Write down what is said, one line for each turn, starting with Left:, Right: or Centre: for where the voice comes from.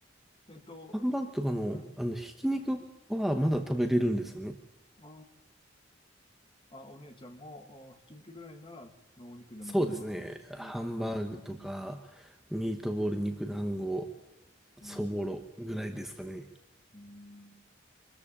Left: えっと、
Centre: ハンバーグとかの、
Left: うん。
Centre: あの、ひき肉はまだ食べれるんですよね。
Left: ああ、あ、お姉ちゃんも、おひき肉ぐらいなら、のお肉でもいいよって食べてくれるの。
Centre: そうですね。ハンバーグとか、ミートボール、肉団子、
Left: うん、
Centre: そぼろぐらいですかね。
Left: うん、うん、